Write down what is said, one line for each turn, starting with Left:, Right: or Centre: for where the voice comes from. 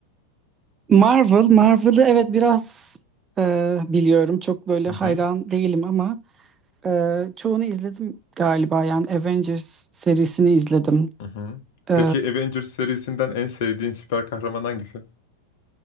Right: Marvel, Marvel'ı evet biraz e, biliyorum. Çok böyle
Left: Hı
Right: hayran
Left: hı.
Right: değilim ama e, çoğunu izledim galiba. Yani Avengers serisini izledim.
Left: Hı hı.
Right: E,
Left: Peki Avengers serisinden en sevdiğin süper kahraman hangisi?